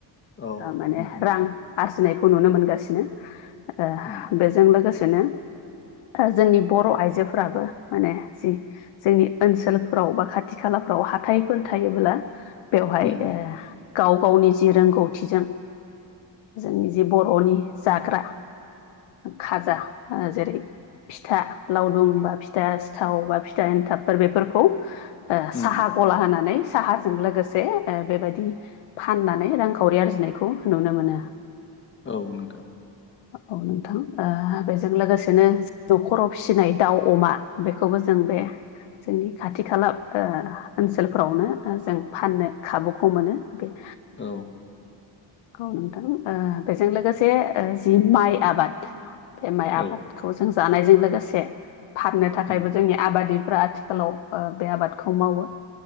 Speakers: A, on the left; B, on the left.
A: औ
B: माने
A: नोंथां
B: रां आरजिनायखौ नुनो मोनगासिनो। ओ
A: उम
B: बेजों लोगोसेनो ओ जोंनि बर' आइजोफोराबो माने जि जोंनि ओनसोलफोराव बा खाथि खालाफ्राव हाथायफोर थायोब्ला बेवहाय
A: उम
B: गाव गावनि जि रोंगौथिजों जोंनि जे बर'नि जाग्रा खाजा ओ जेरै फिथा लावदुम बा फिथा सिथाव बा फिथा एन्थाबफोर बेफोरखौ। ओ
A: उम
B: साहा गला होनानै साहाजों लोगोसे जे बेबायदि फाननानै रांखावरि आरजिनायखौ नुनो मोनो।
A: औ नोंथां
B: औ नोंथां ओ बेजों लोगोसेनो न'खराव फिसिनाय दाउ अमा बेखौबो जों बे जोंनि खाथि खाला ओनसोलफोरावनो जों फाननो खाबुखौ मोनो बे
A: औ
B: औ नोंथां बेजों लोगोसे जि माइ आबाद बे माइ आबाद
A: औ
B: खौ जों जानायजों लोगोसे फाननो थाखायबो
A: उम
B: जोंनि आबादिफ्रा आथिखालाव बे आबादखौ मावो।